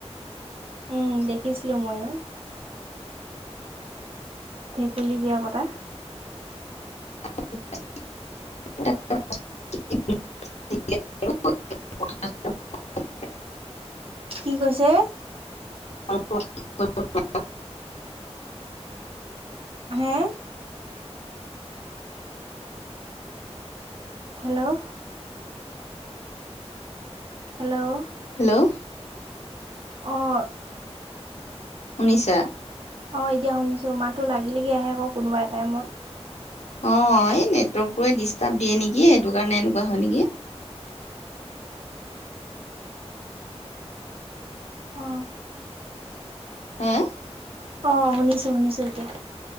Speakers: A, on the right; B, on the left.
A: উম, দেখিছিলোঁ ময়ো। ভেকুলী বিয়া পতা।
B: <inaudible> <inaudible>
A: কি কৈছে?
B: <inaudible> <inaudible>
A: হে? হেল্ল' হেল্ল'
B: হেল্ল'
A: অ',
B: শুনিছা?
A: অ', এতিয়া শুনিছোঁ মাতো লাগি লাগি আহে আকৌ কোনোবা এ টাইমত।
B: অ', এই নেটৱৰ্ক টোৱে ডিষ্টাৰ্ব দিয়ে নেকি, সেইটো কাৰণে এনেকুৱা হয় নেকি।
A: অ
B: হে?
A: অ', শুনিছোঁ শুনিছোঁ এতিয়া।